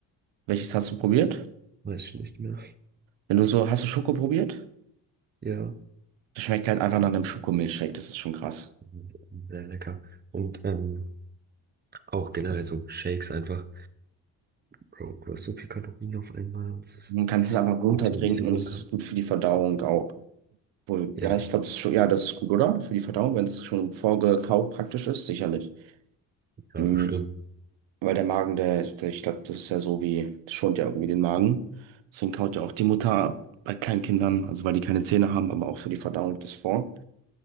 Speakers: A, on the right (about 70°); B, on the right (about 20°).
A: Welches hast du probiert?
B: Weiß ich nicht mehr.
A: Wenn du so, hast du Schoko probiert?
B: Ja,
A: Das schmeckt halt einfach nach einem Schokomilchshake, das ist schon krass.
B: sehr sehr lecker. Und ähm, auch generell so Shakes einfach. Bro, du hast so viel Kalorien auf einmal und es ist
A: Man kann es einfach runtertrinken
B: geht so easy runter.
A: und es ist gut für die Verdauung auch. Wohl,
B: Ja,
A: ja, ich glaube, schon, ja, das ist gut, oder? Für die Verdauung, wenn es schon vorgekaut praktisch ist, sicherlich.
B: ja,
A: Mhm.
B: bestimmt.
A: Weil der Magen, der, der ich glaube, das ist ja so wie, das schont ja irgendwie den Magen. Deswegen kaut ja auch die Mutter bei kleinen Kindern, also weil die keine Zähne haben, aber auch für die Verdauung das vor.